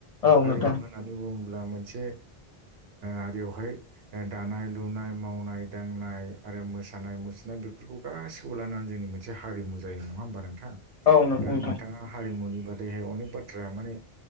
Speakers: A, on the left; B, on the right.
A: औ
B: हारिमु
A: नोंथां
B: होननानै बुङो मोनसे हारियावहाय दानाय लुनाय मावनाय दांनाय आरो मोसानाय मुसुरनाय बेफोरखौ गासिखौबो लानानै जोंनि मिथि मोनसे हारिमु जायो नङा होमबा नोंथाङा
A: औ नंगौ
B: दा
A: नोंथां
B: नोंथाङा हारिमुनि बाादेहाय अनेक बाथ्र्रा माने